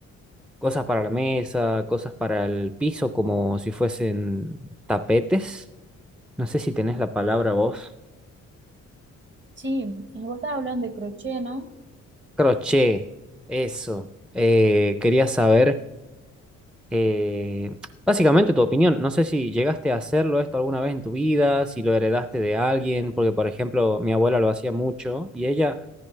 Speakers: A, in the centre; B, on the right.
A: cosas para la mesa, cosas para el piso, como si fuesen tapetes. No sé si tenés la palabra vos.
B: Sí, eh, vos estabas hablando de crochet, ¿no?
A: Crochet, eso. Eh, quería saber eh, básicamente tu opinión. No sé si llegaste a hacerlo esto alguna vez en tu vida, si lo heredaste de alguien, porque por ejemplo mi abuela lo hacía mucho y ella